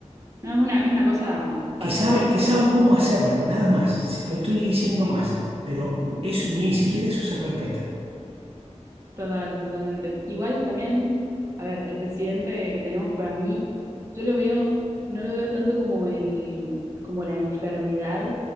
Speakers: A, on the right; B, on the right.
A: No, es una, es una cosa payasesca,
B: que saben, que saben
A: pero
B: cómo hacerlo, nada más, Si- no estoy diciendo
A: sí.
B: más, pero eso, ni siquiera eso se respeta.
A: Total, totalmente. Igual también, a ver, el presidente que tenemos para mí, yo lo veo, no lo veo tanto como el, como la enfermedad,